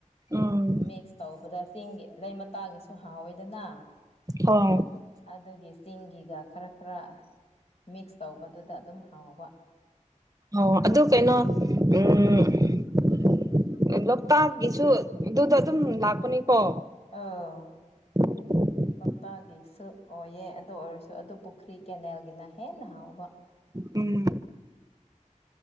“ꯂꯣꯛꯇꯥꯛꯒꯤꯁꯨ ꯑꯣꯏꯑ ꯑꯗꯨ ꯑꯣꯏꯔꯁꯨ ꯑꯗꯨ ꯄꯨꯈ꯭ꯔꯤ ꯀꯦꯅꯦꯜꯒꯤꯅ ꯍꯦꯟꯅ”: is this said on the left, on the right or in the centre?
Left